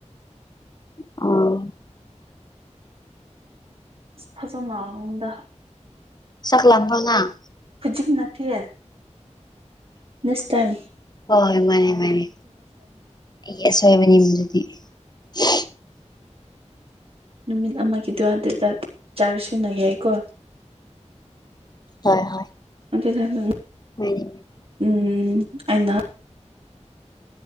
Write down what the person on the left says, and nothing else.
ꯑ
ꯆꯥꯛ ꯂꯥꯝꯕ꯭ꯔꯣ ꯅꯪ
ꯍꯣꯏꯣꯏ ꯃꯥꯅꯤ ꯃꯥꯅꯤ ꯑꯩ ꯑꯁꯣꯏꯕꯅꯤ ꯃꯗꯨꯗꯤ ꯍ
ꯍꯣꯏ ꯍꯣꯏ
ꯑꯣꯏꯗꯤ ꯐ